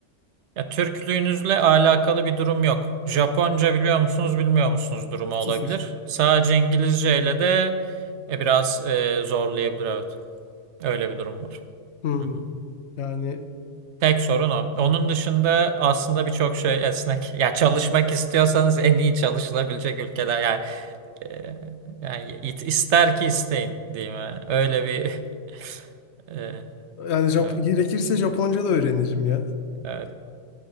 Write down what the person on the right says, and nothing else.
Ya Türklüğünüzle alakalı bir durum yok. Japonca biliyor musunuz, bilmiyor musunuz durumu olabilir.
Sadece İngilizce ile de e, biraz e, zorlayabilir evet. Öyle bir durum var.
Hı hı.
Tek sorun o. Onun dışında aslında birçok şey esnek. Ya çalışmak istiyorsanız en iyi çalışılabilecek ülkeler yani, e, yani it- ister ki isteyin diyeyim. yani. Öyle bir <laughs> e,
evet,
evet.